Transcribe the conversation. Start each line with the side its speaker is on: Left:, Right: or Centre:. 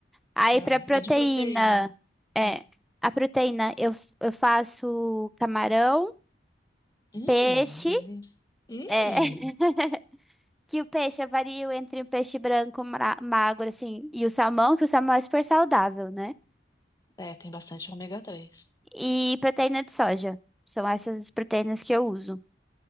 Centre: Aí
Left: Tá.
Centre: pra proteína,
Left: E de proteína?
Centre: é,
Left: Ah.
Centre: a proteína eu, eu faço camarão,
Left: Hum,
Centre: peixe,
Left: delícia. Hum.
Centre: é, <laughs> que o peixe eu vario entre o peixe branco mra- magro assim e o salmão, que o salmão é super saudável, né?
Left: É, tem bastante ômega 3.
Centre: E proteína de soja. São essas as proteínas que eu uso.